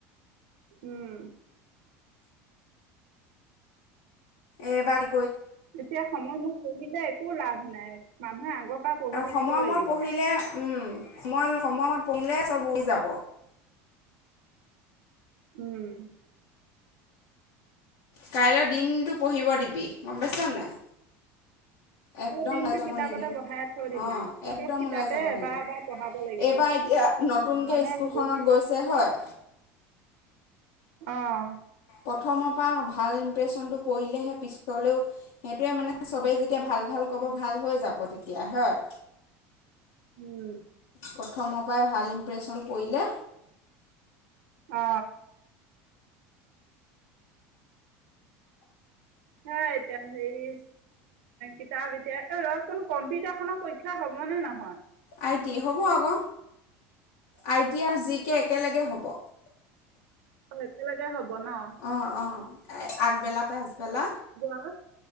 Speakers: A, on the right; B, on the left.
A: উম।
B: এই ভাৰী
A: এতিয়া সময়মত পঢ়িলে একো লাভ নাই, মানুহে আগৰ পৰা পঢ়ি থাকিব
B: সময়
A: লাগিব।
B: মূৰত পঢ়িলে উম, মই সময়ত পৰিলে চব উই যাব।
A: উম।
B: কাইলৈ দিনতটো পঢ়িব দিবি, গম পাইছ নাই?
A: কাইলৈ
B: একদম
A: দিনটো
B: ওলাই যাব
A: কিতাপতে
B: নিদিম,
A: বহাই থৈ দিম
B: অঁ
A: আৰু
B: একদম
A: চব কিতাপে
B: ওলাই যাব
A: এবাৰ
B: নিদিম,
A: এবাৰ পঢ়াব লাগিব।
B: এইবাৰ এতিয়া
A: উম,
B: নতুনকে
A: মানে
B: স্কুলখনত
A: হেৰি
B: গৈছে হয়
A: অঁ।
B: প্ৰথমৰ পৰা ভাল ইমপ্ৰেশচনটো পৰিলেহে পিছলেও, সেইটোৱে মানে চবেই যেতিয়া ভাল ভাল ক'ব, ভাল হৈ যাব, তেতিয়া হয়।
A: উম।
B: প্ৰথমৰ পৰাই ভাল ইমপ্ৰেশ্যন পৰিলে
A: অঁ। হ এতিয়া হেৰি, কিতাপ এতিয়া, ৰচোন কম্পিউটাৰ খনৰ পৰীক্ষা হ'ব নে নহয়?
B: আইটি হ'ব আকৌ। I T, R G K একেলগে হ'ব।
A: অ একেলগে হব বনা
B: অঁ অঁ আগবেলা পেছবেলা
A: আৰু